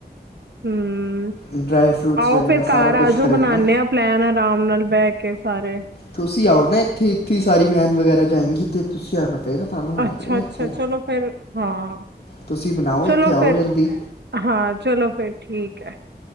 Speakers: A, on the right; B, on the left.
A: ਹੂੰਅ
B: ਡਰਾਈ ਫਰੂਟਸ
A: ਆਓ
B: ਵਗੈਰਾ
A: ਫੇਰ
B: ਸਾਰਾ
A: ਘਾਰ ਆ
B: ਕੁਝ
A: ਜੋ
B: ਖਰੀਦਣਾ
A: ਬਣਾਣੇ ਆਂ ਪਲੈਨ ਆਰਾਮ ਨਾਲ ਬੈ ਕੇ ਸਾਰੇ
B: ਤੁਸੀਂ ਆਓ ਨਾ ਏਥੇ, ਏਥੇ ਸਾਰੀ ਵੈਨ ਵਗੈਰਾ ਜਾਏਗੀ। ਤੇ ਤੁਸੀਂ ਆਣਾ ਪਏਗਾ ਤਾਨੂੰ ਆਣਾ
A: ਅੱਛਾ
B: ਪਏਗਾ ਏਥੇ।
A: ਅੱਛਾ ਚਲੋ ਫਿਰ ਹਾਂ
B: ਤੁਸੀਂ ਬਣਾਓ ਏਥੇ
A: ਚਲੋ
B: ਆਓ
A: ਫਿਰ
B: ਜਲਦੀ।
A: ਹਾਂ ਚਲੋ ਫੇਰ ਠੀਕ ਐ।